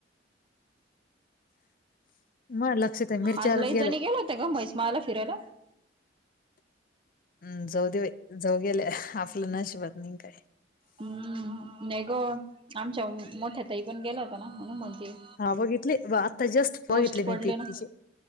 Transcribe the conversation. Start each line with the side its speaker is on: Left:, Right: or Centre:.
Left: मग लक्षात आहे मिरच्यावरच
Right: आज लईच
Left: गेलं
Right: जणी गेल्या होत्या का ग, म्हैसू माला फिरायला
Left: हम् ''जाऊ दे बाई'', जाऊ गेल्या आपलं नशिबात नाही काही.
Right: नाही ग, आमच्या मोठ्या ताई पण गेल्या होत्या ना
Left: हा बघितली, आता जस्ट
Right: पोस्ट
Left: बघितले
Right: पडले
Left: मी पीक
Right: ना
Left: तिचे,